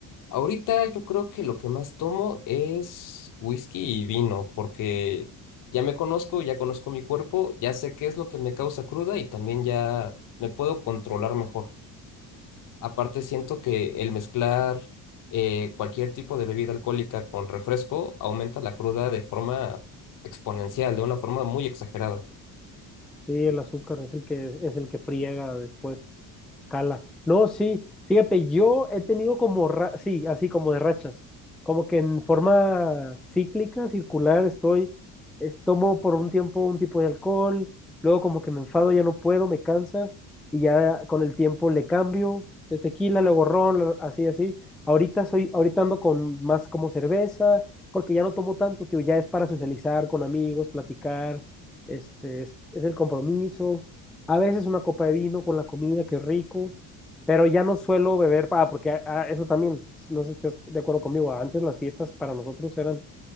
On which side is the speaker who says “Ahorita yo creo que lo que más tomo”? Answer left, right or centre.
Left